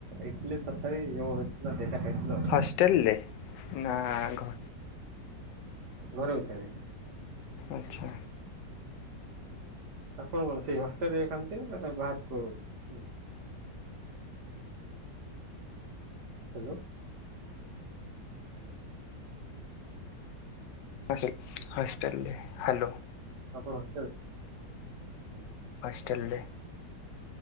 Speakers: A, on the right; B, on the left.
A: ଇଟିଲି ତରକାରୀ ଯୋଉ ହେଇଥିଲା। ସେଇଟା ଖାଇଥିଲୁ ଆଉ
B: ହଷ୍ଟେଲରେ ନା ଘ
A: ଘର ଭିତରେ।
B: ଆଚ୍ଛା।
A: ଆପଣ କଣ ସେଇ ହଷ୍ଟେଲ ରେ ଖାଆନ୍ତି? ନା ନା ବାହାରକୁ ଉ ହ୍ୟାଲୋ!
B: ହଷ୍ଟେଲ, ହଷ୍ଟେଲ ରେ ହ୍ୟାଲୋ!
A: ସବୁ ହଷ୍ଟେଲ ହୁ
B: ହଷ୍ଟେଲ ରେ